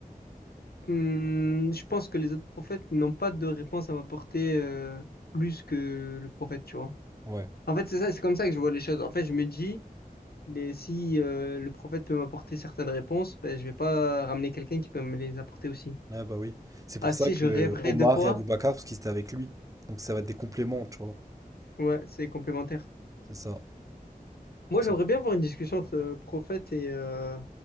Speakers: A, on the left (about 90°); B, on the right (about 20°).
A: Hmm, je pense que les autres prophètes n'ont pas de réponse à m'apporter euh, plus que le prophète, tu vois.
B: Ouais.
A: En fait, c'est ça, c'est comme ça que je vois les choses. En fait, je me dis, mais si euh, le prophète peut m'apporter certaines réponses, ben, je vais pas ramener quelqu'un qui peut me les apporter aussi.
B: Ouais, bah oui. C'est pour
A: Ah, tu
B: ça
A: sais,
B: que
A: je rêverais
B: Omar
A: de quoi?
B: et Abou Bakr, parce qu'ils étaient avec lui. Donc ça va être des compléments, tu vois.
A: Ouais, c'est complémentaire.
B: C'est ça.
A: Moi,
B: Donc,
A: j'aimerais
B: c'est-
A: bien avoir une discussion entre le prophète et, euh,